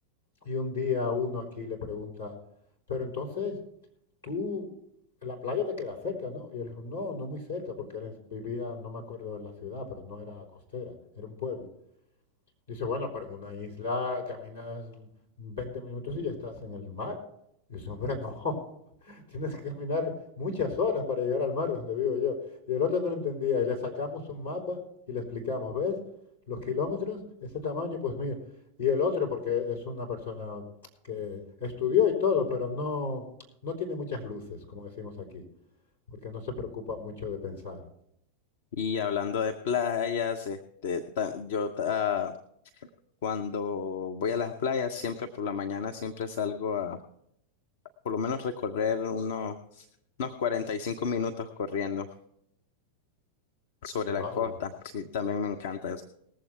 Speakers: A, on the left (about 75°); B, on the left (about 55°).
A: y un día uno aquí le pregunta, pero entonces tú, la playa te queda cerca, ¿no? Y él dijo, no, no muy cerca, porque él es- vivía, no me acuerdo de la ciudad, pero no era costera, era un pueblo. Dice, bueno, pero en una isla caminas 20 minutos y ya estás en el mar. Y Dice, hombre, no, <laughs> tienes que caminar muchas horas para llegar al mar de donde vivo yo. Y el otro no lo entendía y le sacamos un mapa y le explicamos, ¿ves? Los kilómetros, ese tamaño, pues mira. Y el otro, porque es una persona que estudió y todo, pero no, no tiene muchas luces, como decimos aquí, porque no se preocupa mucho de pensar.
B: Y hablando de playas, este, ta- yo ah, Cuando voy a las playas, siempre por la mañana, siempre salgo a por lo menos recorrer unos, unos 45 minutos corriendo sobre
A: Vaya,
B: la costa. Sí, también me encanta eso.